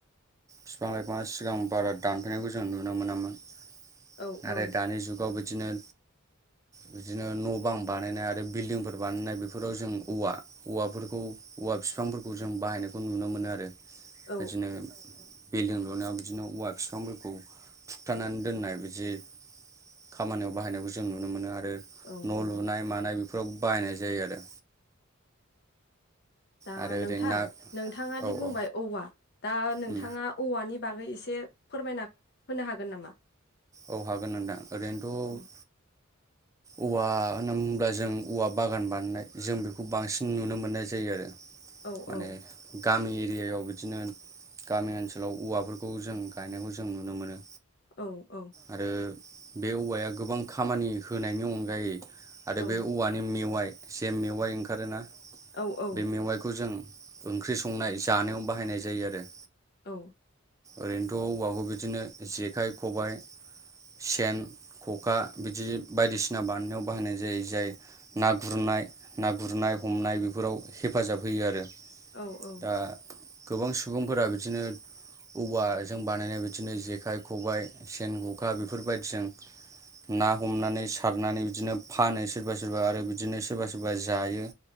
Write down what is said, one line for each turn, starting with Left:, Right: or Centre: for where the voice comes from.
Right: फिफां लाइफाङा सिगां बारा दानफायनायखौ जों नुनो मोनामोन।
Left: औ औ
Right: आरो दानि जुगाव बिदिनो बिदिनो न' बां बानायनाय आरो बिल्डिंफोर बानायनाय बेफोराव जों औवा औवाफोरखौ औवा फिफांफोरखौ जों बाहायनायखौ नुनो मोनो आरो
Left: औ
Right: बिदिनो बिल्डिं लुनायाव बिदिनो औवा फिफांफोरखौ थुगथानानै दोननाय बिदि खामानियाव बाहायनायखौ जों नुनो मोनो आरो
Left: औ
Right: न'
Left: औ
Right: लुनाय मानाय बेफोराव बाहायनाय जायो आरो
Left: दा
Right: आरो
Left: नोंथां
Right: ओरै ना
Left: नोंथाङा
Right: औ
Left: दि बुंबाय
Right: औ
Left: औवा। दा नोंथाङा
Right: उम
Left: औवानि बागै एसे फोरमायना होनो हागोन नामा?
Right: औ हागोन नोंथां ओरैनोथ'
Left: औ
Right: औवा होनना बुंब्ला जों औवा बागान बानायनाय जों बेखौ बांसिन नुनो मोननाय जायो आरो
Left: औ
Right: माने
Left: औ
Right: गामि एरियायाव बिदिनो गामि ओनसोलाव औवाफोरखौ जों गायनायखौ जों नुनो मोनो।
Left: औ औ।
Right: आरो बे औवाया गोबां खामानि होनायनि अनगायै आरो
Left: औ
Right: बे औवा नि मेवाइ जे मेवाइ ओंखारो ना
Left: औ औ
Right: बे मेवाइखौ जों ओंख्रि संनाय जानायाव बाहायनाय जायो आरो
Left: औ।
Right: ओरैनोथ' औवाखौ बिदिनो जेखाइ खबाइ सेन ख'खा बिदि बायदिसिना बानायनायाव बाहायनाय जायो। जाय ना गुरनाय ना गुरनाय हमनाय बेफोराव हेफाजाब होयो आरो
Left: औ औ।
Right: दा गोबां सुबुंफोरा बिदिनो औवाजों बानायनाय बिदिनो जेखाइ, खबाइ, सेन, खखा बेफोरबायदिजों ना हमनानै सारनानै बिदिनो फानो सोरबा सोरबा आरो बिदिनो सोरबा सोरबा जायो